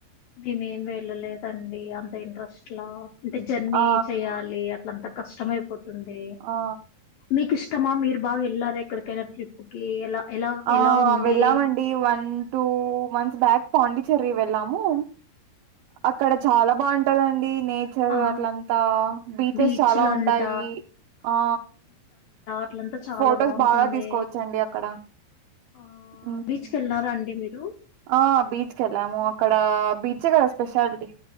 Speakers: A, on the left; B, on the right.
A: మేమేం వెళ్ళలేదండి అంత ఇంట్రెస్ట్లా అంటే జర్నీ
B: ఆ
A: చెయాలి ట్లంత కష్టమై పోతుంది
B: ఆ
A: మీకిఇష్ ఇష్టమా మీరు బాగా ఎల్లార ఎక్కడికైనా ట్రిప్పుకి ఎలా ఎలా
B: ఆ
A: ఎలా ఉంది
B: వెళ్ళమండి one two months back Pondicherry వెళ్ళాము, అక్కడ చాలా బాగుంటందండి నేచర్
A: ఆ
B: అట్లంతా బీచెస్
A: బీచ్లంట
B: చాలా ఉంటాయి ఆ,
A: ఇట్లంతా చాలా
B: ఫొటోస్
A: బాగుంటుంది.
B: బాగా తీసుకోవచ్చండి అక్కడ
A: ఆ
B: ఉమ్
A: బీచ్ కి వెళ్లారా అండి మీరు,
B: ఆ బీచ్ కి వెళ్ళాము అక్కడ బీచే కదా స్పెషాలిటీ,